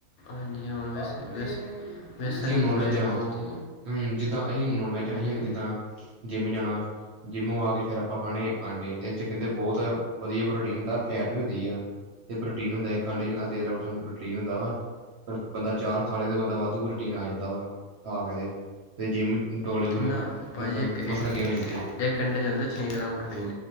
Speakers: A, on the left; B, on the right.
A: ਹਾਂਜੀ ਜਿਵੇਂ ਹੁਣ ਵੇਸ ਬੇਸਨ
B: ਨੋਨ
A: ਪੂੜੇ
B: ਵੈੱਜ
A: ਜੇ
B: ਹਾਂ
A: ਖਾਓ
B: ਹੂੰ ਜਿੱਦਾਂ ਅਹੀ ਹੁਣ ਨੋਨ ਵੈਜ
A: ਹਾਂਜੀ
B: ਆਹੀ ਹੁਣ
A: ਹਾਂਜੀ।
B: ਜਿੱਦਾਂ ਜਿੰਮ ਜਾਣਾ ਜਿੰਮੋਂ ਆ ਕੇ ਫੇਰ ਆਪਾਂ ਖਾਣੇ ਆਂਡੇ ਜਾਂ ਚਿਕਨ ਦੇ ਬਹੁਤ ਐ ਵਧੀਆ ਪ੍ਰੋਟੀਨ ਹੁੰਦਾ ਫੈਟ ਵੀ ਹੁੰਦੀ ਆ ਤੇ ਪ੍ਰੋਟੀਨ ਹੁੰਦਾ ਐ ਇੱਕ ਅੰਡੇ ਚ ਹੁੰਦਾ ਤੇਰਾਂ ਪ੍ਰਸੈਂਟ ਪ੍ਰੋਟੀਨ ਹੁੰਦਾ ਵਾ ਪਰ ਬੰਦਾ ਚਾਰ ਖਾ ਲੇ ਬੰਦ ਅਦਾ ਵਾਧੂ ਪ੍ਰੋਟੀਨ ਆ ਜਾਂਦਾ ਵਾ ਖਾ ਕੇ ਤੇ ਤੇ ਜਿੰਮ ਡੌਲੇ ਡੂਲੇ
A: ਕਿੰਨਾ ਭਾਜੀ
B: ਮਤਲਬ
A: ਇੱਕ
B: ਮਸਲ
A: ਇੱਕ
B: ਗੇਣ ਹੋ ਜਾਂਦੇ ਏ
A: ਇੱਕ ਅੱਡੇ ਚੋ ਹੁੰਦਾ ਐ ਛੇ ਗ੍ਰਾਮ ਪ੍ਰੋਟੀਨ